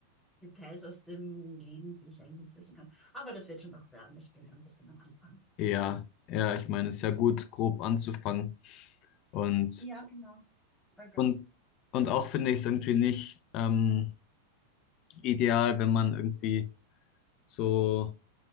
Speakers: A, in the centre; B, on the left (about 40°).
A: Details aus dem Leben, die ich eigentlich nicht wissen kann. Aber das wird schon noch werden, ich bin ein bisschen am Anfang.
B: ja, ja, ich meine, es ist ja gut, grob anzufangen. Und
A: Ja, genau. Danke.
B: Und, und auch finde ich es irgendwie nicht ähm, ideal, wenn man irgendwie so